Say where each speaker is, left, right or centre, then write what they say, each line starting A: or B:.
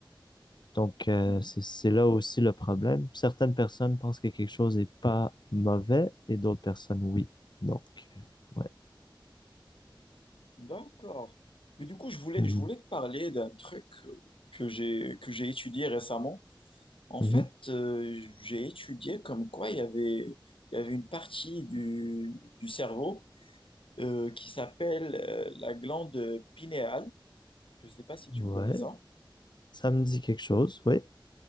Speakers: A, on the left; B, on the left.
A: Donc euh,
B: Mhm.
A: c'est c'est là aussi le problème. Certaines personnes pensent que quelque chose n'est pas mauvais et d'autres personnes oui. Donc euh, ouais.
B: D'accord. Mais du coup, je voulais,
A: Mhm.
B: je voulais te parler d'un truc que j'ai, que j'ai étudié récemment. En
A: Mhm.
B: fait, euh, j'ai étudié comme quoi il y avait, il y avait une partie du, du cerveau euh, qui s'appelle euh, la glande pinéale. Je ne sais pas si tu
A: Ouais,
B: connais ça.
A: ça me dit quelque chose, oui.